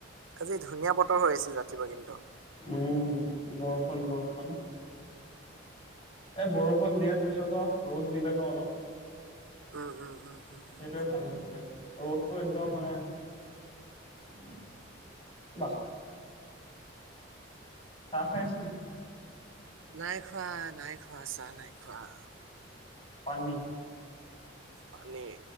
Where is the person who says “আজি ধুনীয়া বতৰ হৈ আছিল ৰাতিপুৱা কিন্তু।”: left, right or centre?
Right